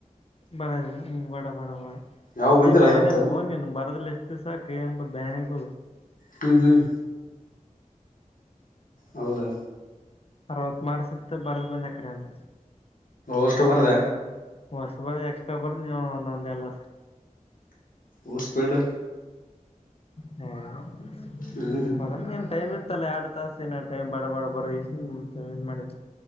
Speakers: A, on the left; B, on the left.
A: ಬಡ ಹಂಗ್ ಬಡ ಬಡ ಬಡ
B: ಯಾವ
A: ಕೈ
B: ಬಂದಿಲ್ಲ
A: ಬ್ಯಾನ
B: ಇವತ್ತು
A: ಅದು ಹೋನ್ ನೀನ್ ಬರದಿಲ್ಲ ಇತ್ತು ಸಹಕ ಅಂಬ ಬನೆ ಕೊ
B: ಹ್ಮ್ ಹ್ಮ್ ಹೌದಾ
A: ಅರವತ್ ಮಾರಸ ಇತ್ ಬರದ್ ಬಂದ್ ಅ ಕಡೆ ಎಲ್ಲ
B: ಅಷ್ಟು ಬರದ
A: ಹೊಸ್ ಬರ ಎಕ್ಸ್ಟ್ರಾ ಬರದು ನೀವು ಒಂದೊಂದು ಎಲ್ಲ
B: ಹ ಸ್ಪೀಡ್
A: ಹ್ಮ
B: ಹ್ಮ್
A: ಬರ ನ್ ಟೈಮ್ ಇ ಮತ್ತಲ್ಲ ಆರಡು ತಾಸ ಏನ ಟೈಮ ಬಡ ಬಾಡ ಬರೋ ಇನ್ ಮಾಡ